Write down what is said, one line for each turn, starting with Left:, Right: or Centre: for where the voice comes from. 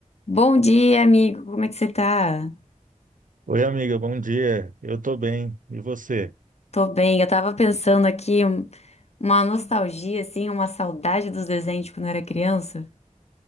Left: Bom dia, amigo. Como é que você tá?
Right: Oi, amiga, bom dia. Eu tô bem. E você?
Left: Tô bem. Eu tava pensando aqui um- uma nostalgia, assim, uma saudade dos desenhos de quando eu era criança.